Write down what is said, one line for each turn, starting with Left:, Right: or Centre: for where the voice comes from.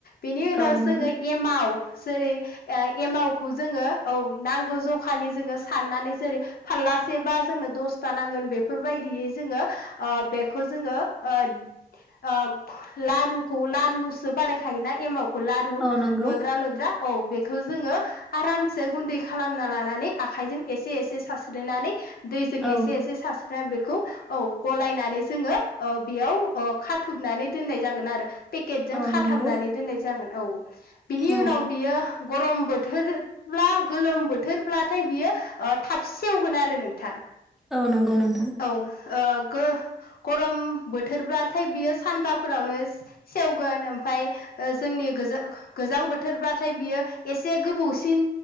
Left: बेनि उनाव
Centre: औ नंगौ
Left: जोङो एमाव जेरै ओ एमावखौ जोङो औ नांगौ जखानि जोङो साननानै जेरै फारलासेबा जोंनो दसथा नांगोन बेफोरबायदियै जोङो अ बेखौ जोङो ओ ओ लारुखौ लारुसो बानायायखायोना एमाव खौ लारु
Centre: औ नंगौ
Left: लद्रा लद्रा औ बे खौ जोङो आरामसे गुन्दै खालामना लानानै आखाइजों एसे एसे सारस्रिनानै दैजों
Centre: औ
Left: एसे एसे सार दा बेखौ औ गलायनानै जोङो ओ बेयाव ओ खाथुमनानै दोनाय जागोन आरो पेकेटजों
Centre: औ
Left: खाथाबनानै
Centre: नंगौ
Left: दोननाय जागोन औ बिनि
Centre: औ
Left: उनाव बियो गरम बोथोरब्ला गोलोम बोथोरब्ला बियो ओ थाब सेवगोन आरो नोंथां
Centre: औ नंगौ नोंथां
Left: औ ओ गो गरम बोथोरब्लाथाय बियो सानबाफोरावनो सेवगोन ओमफाय जोंनि गोज गोजां बोथोरब्लाथाय बियो एसे गोबावसिन